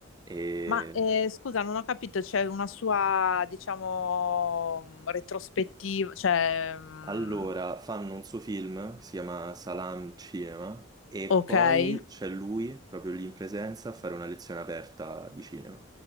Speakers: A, on the right; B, on the left.
A: E
B: Ma eh, scusa, non ho capito, c'è una sua, diciamo, mhmm, retrospettiva, cioè, mm,
A: Allora, fanno un suo film, si chiama Salam Cinema, e
B: ok.
A: poi c'è lui, proprio lì in presenza, a fare una lezione aperta di cinema.